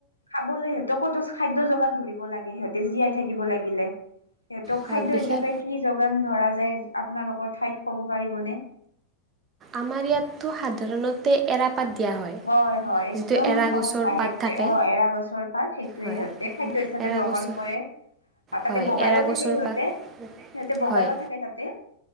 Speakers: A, on the left (about 80°); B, on the right (about 30°).
A: খাবলৈ সিহঁতক ক'তো খাদ্য যোগান ধৰিব লাগে সিহঁতে জীয়াই থাকিব লাগিলে সিহঁতক
B: হয়
A: খাদ্য
B: বিশেষ
A: হিচাপে কি যোগান ধৰা যায় আপোনালোকৰ ঠাইত ক'ব পাৰিবনে
B: আমাৰ ইয়াতো সাধাৰণতে এৰা পাত দিয়া
A: হয় হয় একদম
B: যিটো এৰা
A: সহচা
B: গছৰ পাত
A: সেইটোয়ে
B: থাকে
A: অ এৰা গছৰ পাক সেইটোয়ে
B: হয়
A: সিহতে খাদ্য হিচাপে
B: এৰা
A: গ্ৰহণ
B: গছৰ
A: কৰে আৰু তাতে
B: হয়
A: বগাইও
B: এৰা
A: থাকে
B: গছৰ
A: সিহঁতে
B: পাত
A: সিহঁতে বগাইও
B: হয়
A: থাকে তাতে